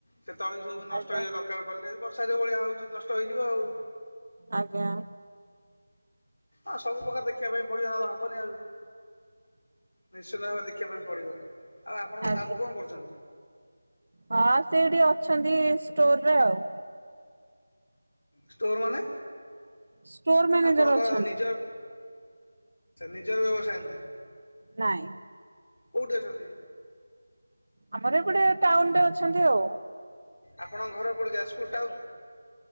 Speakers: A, on the left (about 75°); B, on the right (about 50°).
A: ସେତେବେଳେ ସବୁ ନଷ୍ଟ
B: ଆଜ୍ଞା
A: ହେଇଯିବା ଦରକାର ପଡେ ବର୍ଷା ଯୋଉ ଭଳିଆ ହଉଛି ନଷ୍ଟ ହେଇଯିବ ଆଉ।
B: ଆଜ୍ଞା।
A: ଆଁ ସବୁ ପ୍ରକାର ଦେଖିବା ପାଇଁ ପଡିବ ନହଲେବନି ଆଉ। ନିଶ୍ଚିନ୍ତ ଭାବେ ଦେଖିବା ପାଇଁ ପଡିବ ଆଉ ଆପଣଙ୍କ
B: ଆଜ୍ଞା
A: ବାବୁ କଣ କରୁଛନ୍ତି?
B: ହଁ ସେଏଠି ଅଛନ୍ତି ଷ୍ଟୋର ରେ ଆଉ।
A: ଷ୍ଟୋର ମାନେ
B: ଷ୍ଟୋର ମ୍ୟାନେଜର
A: ଆପଣଙ୍କ
B: ଅଛନ୍ତି
A: ନିଜ <inaudible> ନିଜର ବ୍ୟବସାୟ ନୁହେଁ?
B: ନାଇଁ।
A: କୋଉଠି ଅଛନ୍ତି?
B: ଆମର ଗୋଟେ ଟାଉନ ରେ ଅଛନ୍ତି ଆଉ।
A: ଆପଣ ଘର କୋଉଠି ଯାଜପୁର ଟାଉନ?